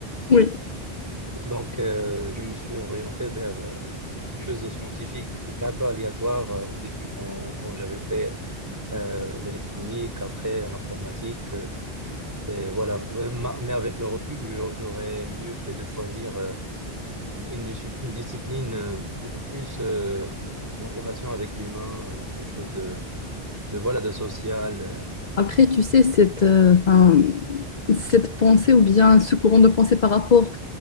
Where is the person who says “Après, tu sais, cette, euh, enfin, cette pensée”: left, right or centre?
Left